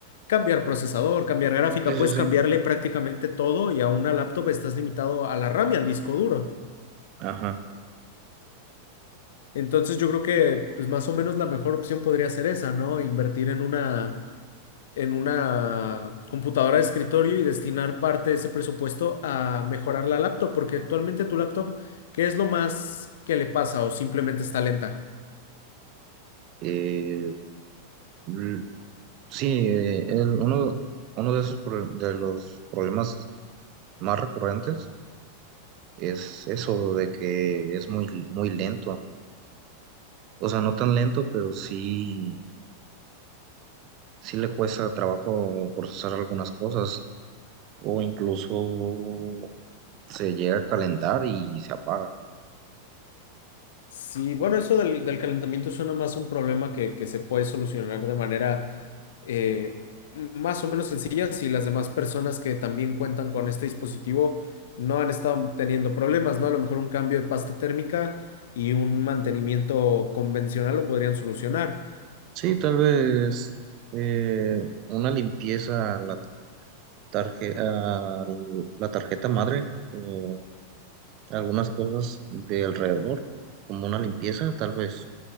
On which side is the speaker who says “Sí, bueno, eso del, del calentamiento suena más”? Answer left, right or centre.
Left